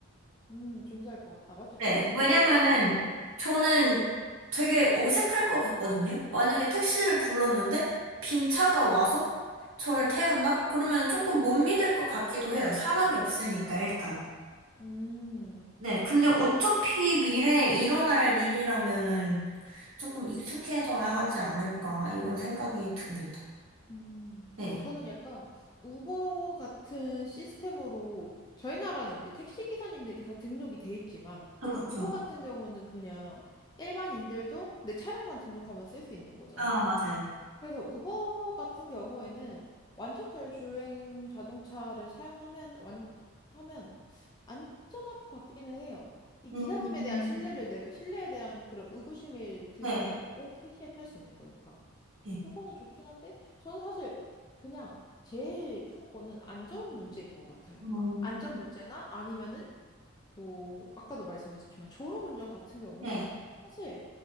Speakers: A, on the left; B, on the right.
A: 음, 존재할 것 같다. 맞죠?
B: 네.
A: 저도 존재는
B: 왜냐면은
A: 할 것 같아요.
B: 저는 되게 어색할 것 같거든요. 만약에 택시를 불렀는데 빈 차가 와서 저를 태운다? 그러면 조금 못 믿을 것 같기도 해요. 사람이 없으니까 일단.
A: 음.
B: 네. 근데 어차피 미래에 일어날 일이라면은 조금 익숙해져야 하지 않을까 이런 생각이 듭니다.
A: 음,
B: 네.
A: 저는 약간 우버 같은 시스템으로 저희 나라는 이제 택시 기사님들이 다 등록이 돼 있지만
B: 그렇죠.
A: 우버 같은 경우는 그냥 일반인들도 내 차량만 등록하면 쓸 수 있는 거잖아요.
B: 아, 맞아요.
A: 그래서 우버 같은 경우에는 완전자율 주행 자동차를 사용하면 완 하면 안전할 것 같기는 해요. 이
B: 음,
A: 기사님에 대한 신뢰를 내가 신뢰에 대한 그런 의구심을 들
B: 네.
A: 필요 없고 택시에 탈 수 있는 거니까.
B: 네.
A: 그거는 좋긴 한데, 저는 사실 그냥 제일 큰 거는 안전 문제인 것 같아요.
B: 음,
A: 안전 문제나 아니면은 뭐, 아까도 말씀하셨지만 졸음운전 같은 경우는
B: 네.
A: 사실